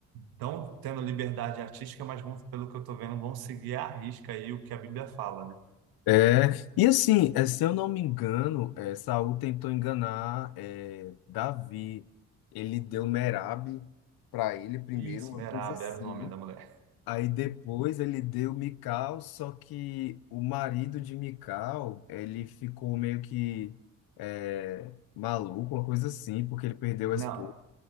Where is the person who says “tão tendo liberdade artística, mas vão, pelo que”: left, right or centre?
Right